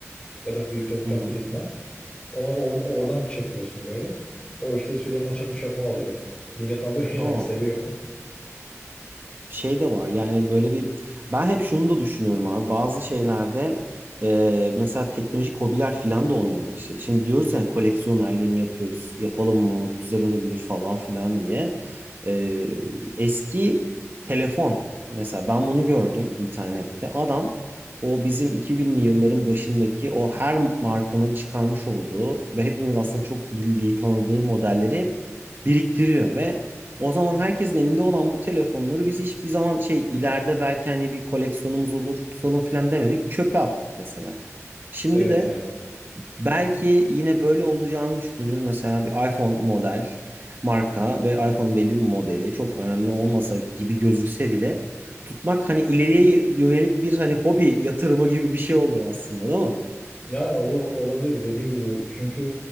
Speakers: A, on the left; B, on the right.
A: ya da dikdörtgen
B: Hı hı.
A: prizma. O, or- oradan çakıyorsun böyle. O işte Süleyman Çakı çakma alıyor. Millet alıyor <laughs> yani
B: Aa.
A: seviyor.
B: şey de var yani böyle bir ben hep şunu da düşünüyorum abi bazı şeylerde e, mesela teknolojik hobiler falan da olmaya başladı. Şimdi diyoruz ya koleksiyonerliğini yapıyoruz yapalım mı güzel olabilir falan filan diye. E, eski telefon mesela ben bunu gördüm internette adam o bizim 2000'li yılların başındaki o her markanın çıkarmış olduğu ve hepimiz aslında çok bildiği tanıdığı modelleri hep biriktiriyor ve o zaman herkesin elinde olan bu telefonları biz hiçbir zaman şey ileride belki hani bir koleksiyonumuz olur tutalım falan demedik. Çöpe attık mesela. Şimdi
A: Evet
B: de
A: ya.
B: belki yine böyle olacağını düşündüğümüz mesela bir iPhone model marka ve iPhone belli bir modeli çok önemli olmasa gibi gözükse bile tutmak hani ileriye yönelik bir hani hobi yatırımı gibi bir şey oluyor aslında değil mi?
A: Yani o olabilir dediğin gibi. Çünkü